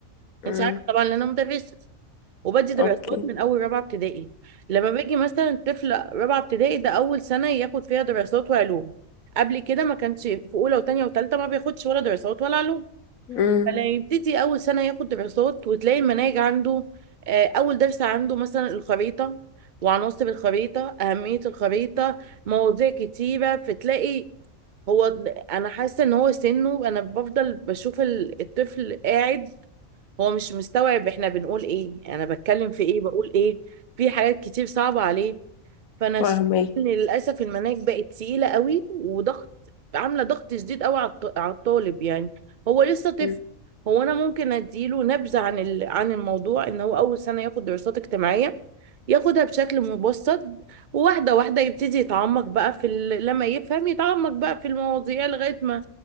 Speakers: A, on the left; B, on the right.
A: امم
B: أنت عارفة طبعا إن أنا مدرسة وبدي دراسات
A: اوكي
B: من أول رابعة ابتدائي لما باجي مثلا طفل رابعة ابتدائي ده أول سنة ياخد فيها دراسات وعلوم قبل كده ما كانش في أولى وتانية وتالتة ما بياخدش ولا دراسات ولا علوم
A: امم
B: فلا يبتدي اول سنه ياخد دراسات وتلاقي المناهج عنده آه، اول درس عنده مثلا الخريطه وعناصر الخريطه اهميه الخريطه مواضيع كتيره فتلاقي هو انا حاسه ان هو سنه انا بفضل بشوف ال- الطفل قاعد هو مش مستوعب احنا بنقول ايه انا بتكلم في ايه بقول ايه في حاجات كتير صعبه عليه فانا
A: فاهمك
B: شايفة ان للاسف المناهج بقت تقيله قوي وضغط عامله ضغط شديد قوي على الط- على الطالب يعني هو لسه طفل
A: أمم.
B: هو انا ممكن اديله نبذه عن ال- عن الموضوع ان هو اول سنه ياخد دراسات اجتماعيه ياخدها بشكل مبسط وواحده واحده يبتدي يتعمق بقى في ال... لما يفهم يتعمق بقى في المواضيع لغايه ما